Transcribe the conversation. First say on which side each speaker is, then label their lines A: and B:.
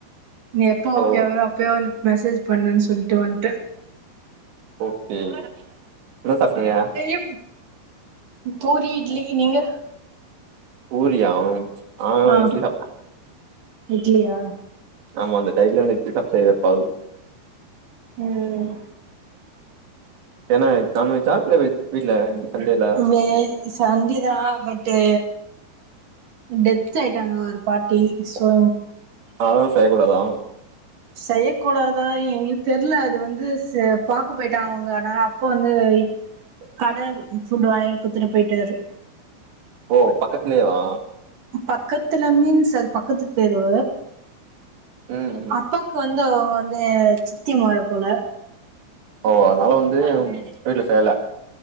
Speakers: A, on the right (about 50°); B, on the right (about 80°).
A: நீ எப்போ ஓகே
B: ஓ
A: அவுரியோ அப்பயோ வந்து மெசேஜ் பண்ணுனு சொல்டு வன்டே
B: ஓகே என்ன சாப்டீங்க
A: எப் பூரி இட்லி நீங்க
B: புரியா ஆஹ்
A: ஆ
B: இட்லிதா
A: இட்லியா
B: ஆமாக இந்த டயட்ல நான் இட்லி சாப்டுவேன் எப்பாது
A: ம்
B: என்னா நான்வெஜ் ஆ இல்ல வெஜ் வீட்ல சண்டேல
A: அவ்ளோயே சண்டிதா பட்டு் டெத் ஆயிட்டாங்க ஒரு பாட்டி சோ
B: அதுனால செய்யக்கூடாதா
A: செய்யக்கூடாதா எங்களுக்கு தெரியல அது வந்து ச பாக்க போயிட்டாங்க அதனால அப்ப வந்து லீ கடை ஃபுட் வாங்கி குடுதுட்டு போயிட்டாரு
B: ஓ பக்கத்துலோ வா
A: பக்கத்துல மீன்ஸ் அது பக்கத்து தெரு
B: ம் ம்
A: அப்பாக்கு வந்து அவங்க வந்து சித்தி மொற போல
B: ஓ அதனால வந்து வீட்டுல செய்யல